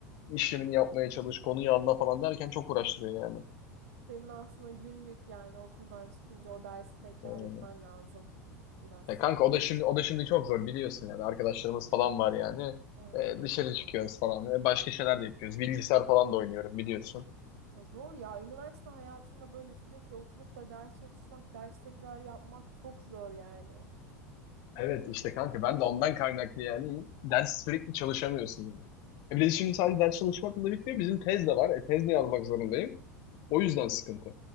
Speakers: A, on the left; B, on the right.
A: işlemini yapmaya çalış, konuyu anla falan derken çok uğraştırıyor yani.
B: Senin aslında günlük yani okuldan çıkınca o dersi tekrar
A: Ee,
B: etmen lazım biraz.
A: Ya kanka o da şimdi o da şimdi çok zor biliyorsun yani arkadaşlarımız falan var yani.
B: Evet.
A: E, dışarı çıkıyoruz falan. E, başka şeyler de yapıyoruz. Bilgisayar falan da oynuyorum biliyorsun.
B: Ya zor ya. Üniversite hayatında böyle sürekli oturup da ders çalışmak, ders tekrar yapmak çok zor yani.
A: Evet işte kanka ben de ondan kaynaklı yani ders sürekli çalışamıyorsun yani. E bir de şimdi sadece ders çalışmakla da bitmiyor. Bizim tez de var. E, tez de yazmak zorundayım. O yüzden sıkıntı.